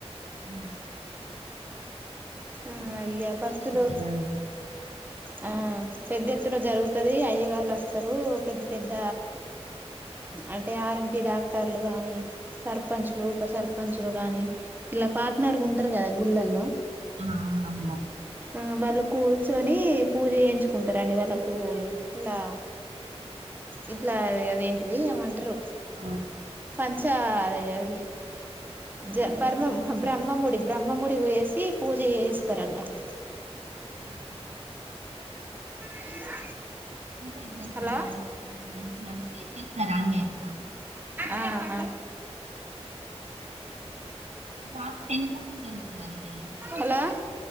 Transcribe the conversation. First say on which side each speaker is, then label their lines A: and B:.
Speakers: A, on the right (about 80°); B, on the right (about 15°).
A: ఆ,
B: ఆ
A: చాలా సెంటి
B: ఇగ
A: <unintelligible>
B: భక్తులు
A: జరుగుతదండి
B: ఆ పెద్ద ఎత్తున జరుగుతది. అయ్య గారులు వస్తారు పెద్ద పెద్ద అంటే ఆర్. ఎం. పి డాక్టర్లు గాని, సర్పంచ్లు, ఉప సర్పంచ్లు కాని. ఇలా పార్ట్నర్ కుంట్ గుల్లాలో
A: ఆహ్ అవునవును.
B: ఆ వాళ్ళు కూర్చొని పూజ చేయించుకుంటారంండి. వాళ్ళకు ఇట్లా ఇట్లా అదేంటిది ఏమంటారు
A: ఆ,
B: ప సరే అది జ బ్రహమ బ్రహ్మముడి బ్రహ్మముడి వేసి పూజ చేయిస్తారు అన్నట్టు
A: అ
B: అయినా
A: అంటే ఇద్దరికి
B: హలో
A: భార్య భర్తలు ఇద్దరికి కలిపి చేస్తారా అండి అట్లా
B: ఆహా
A: జాతర ఎన్ని రోజులు జరుగుతుందండి
B: హలో